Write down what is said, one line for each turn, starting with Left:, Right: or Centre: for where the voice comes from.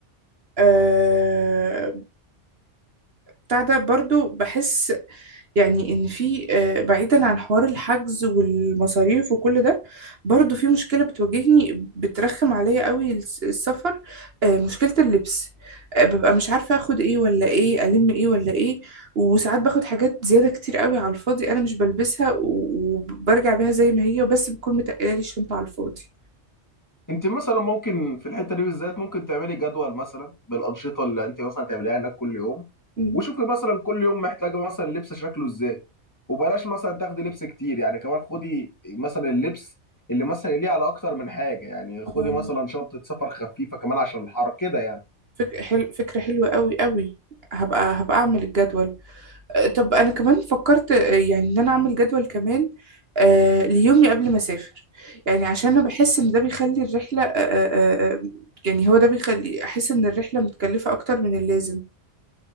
Right: آه، بتاع ده برضو بحس يعني ان في آه، بعيدا عن حوار الحجز والمصاريف وكل ده برضو في مشكلة بتواجهني بترخم عليا قوي الس- السفر آه، مشكلة اللبس آه، ببقى مش عارفة اخد ايه ولا ايه الم ايه ولا ايه وساعات باخد حاجات زيادة كتير قوي على الفاضي انا مش بلبسها و- وبرجع بيها زي ما هي بس بتكون متقلة لي الشنطة على الفاضي
Left: انت مثلا ممكن في الحته دي بالذات ممكن تعملي جدول مثلا بالانشطه اللي انت مثلا تعمليها هناك كل يوم
Right: مم.
Left: وشوفي مثلا كل يوم محتاجه مثلا لبس شكله ازاي وبلاش مثلا تاخدي لبس كتير يعني كمان خدي مثلا اللبس اللي مثلا ليه على اكتر من حاجه يعني خدي
Right: آه،
Left: مثلا شنطه سفر خفيفه كمان عشان الحر كده يعني
Right: فك... حل... فكرة حلوة قوي قوي هبقى هبقى اعمل الجدول طب انا كمان فكرت آه، يعني ان انا اعمل جدول كمان آه، ليومي قبل ما اسافر يعني عشان انا بحس ان ده بيخلي الرحله آه، آه، آه، آه، يعني هو ده بيخلي احس ان الرحله متكلفه اكتر من اللازم